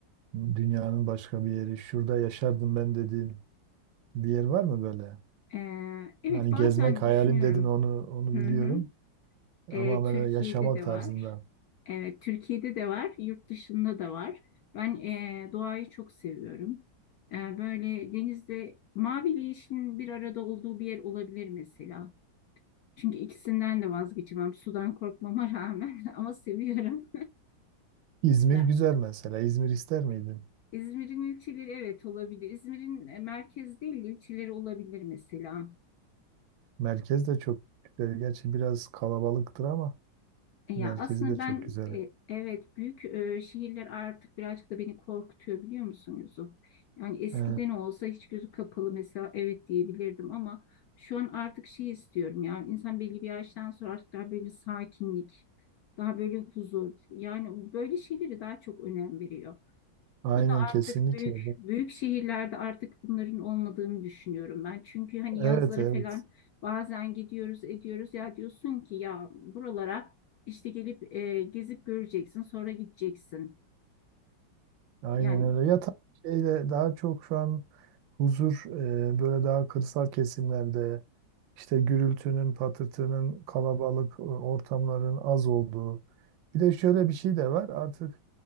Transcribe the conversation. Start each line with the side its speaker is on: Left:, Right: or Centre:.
Right: dünyanın başka bir yeri, şurada yaşardım ben dediğin bir yer var mı böyle?
Left: Ee, evet
Right: Hani
Left: bazen
Right: gezmek
Left: düşünüyorum.
Right: hayalim dedin onu onu
Left: Hı
Right: biliyorum
Left: hı.
Right: ama
Left: E, Türkiye'de
Right: böyle yaşamak
Left: de
Right: tarzında.
Left: var. Evet, Türkiye'de de var, yurt dışında da var. Ben e, doğayı çok seviyorum. E, böyle denizde maviyle yeşilin bir arada olduğu bir yer olabilir mesela. Çünkü ikisinden de vazgeçemem. Sudan korkmama rağmen <laughs> ama seviyorum.
Right: İzmir
Left: Ya
Right: güzel mesela. İzmir ister miydin?
Left: İzmir'in ilçeleri evet olabilir. İzmir'in e, merkez değil de ilçeleri olabilir mesela.
Right: Merkez de çok güzel. Gerçi biraz kalabalıktır ama
Left: E Ya
Right: merkezi
Left: aslında
Right: de çok
Left: ben
Right: güzel.
Left: e, evet büyük e, şehirler artık birazcık da beni korkutuyor biliyor musun Yusuf? Yani eskiden
Right: He,
Left: olsa hiç gözü kapalı mesela evet diyebilirdim ama şu an artık şey istiyorum ya insan belli bir yaştan sonra artık daha böyle sakinlik, daha böyle huzur yani böyle şeyleri daha çok önem veriyor.
Right: aynen
Left: Bu da
Right: kesinlikle.
Left: artık büyük büyük şehirlerde artık bunların olmadığını düşünüyorum ben. Çünkü hani
Right: Evet
Left: yazları
Right: evet.
Left: falan bazen gidiyoruz ediyoruz ya diyorsun ki ya buralara işte gelip e, gezip göreceksin sonra gideceksin.
Right: Aynen
Left: Yani
Right: öyle. Ya tabii şeyde daha çok şu an huzur e, böyle daha kırsal kesimlerde işte gürültünün, patırtının, kalabalık e, ortamların az olduğu. Bir de şöyle bir şey de var artık